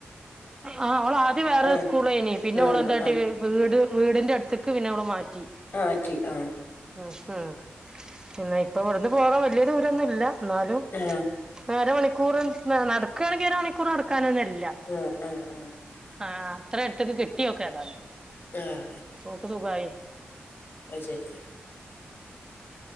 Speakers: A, on the right; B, on the left.
A: ആഹ് ഓളാദ്യം വേറൊര്സ്കൂള്ലേനി
B: ആ
A: പിന്നെ
B: ആ
A: ഓളെന്താട്ടി
B: ആ
A: വേ വ്ട് വീടിന്റെ അട്ത്തെക്ക് പിന്നവള് മാറ്റി
B: ആ റ്റി ആ
A: ഉം ഉം പിന്നെ ഇപ്പവിടുന്ന് പോകാ വല്യ ദൂരൊന്നുല്ല ന്നാലും
B: ആ
A: അര മണിക്കൂറ് ന് നടക്കാണ്ങ്കി അര മണിക്കൂറ് നടക്കാനന്ന്ല്ല
B: ആ ആ ആ
A: ആഹ് അത്ര അടുതെക്കെ കിട്ടിയോക്ക് ഏതാലും
B: ആ
A: ഓക്ക് സുഗായ്
B: അത് ശരി